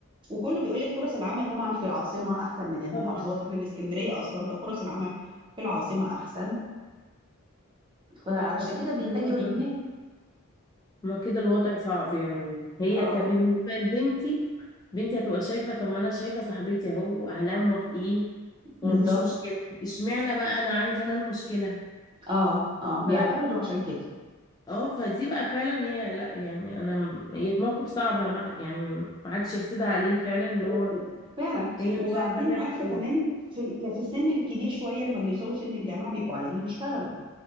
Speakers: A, on the right; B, on the left.
A: وكله بيقول لك فرص العمل طبعا في العاصمه احسن من المحافظات
B: طبعا
A: احنا من اسكندريه اصلا ففرص العمل في العاصمه احسن فعلشان
B: لا بس
A: كده بيتجهوا
B: كده الوضع
A: لهناك
B: ما كده الوضع صعب يعني هي
A: اه
B: ك- بالنسبة لبنتي بنتي هتبقى شايفة طب ما أنا شايفة صاحبتي أهو أهلها موافقين ومفيش
A: بالظبط
B: مشكلة اشمعنى بقى أنا عندي أنا المشكلة
A: اه اه بيعترضوا
B: ف...
A: عشان كده
B: اه فدي بقى فعلا هي لا يعني أنا م- هي في موقف صعب أنا ما... يعني ما حدش يحسدها عليه فعلا إن
A: و-
B: هو
A: و- فعلا
B: هي
A: وبعدين
B: مش عارفة تعمل
A: عارفه
B: إيه
A: كمان في ال- في السن الكبير شويه لما بيوصلوا سن الجامعه بيبقوا عايزين يشتغلوا